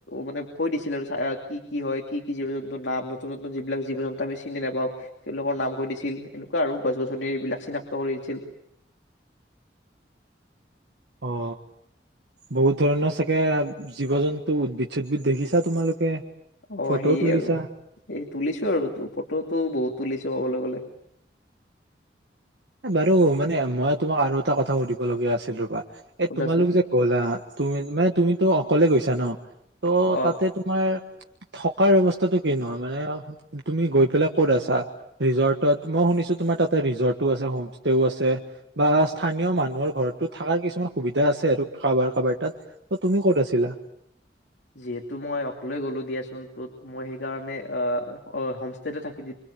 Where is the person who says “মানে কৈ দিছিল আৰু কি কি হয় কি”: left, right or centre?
Left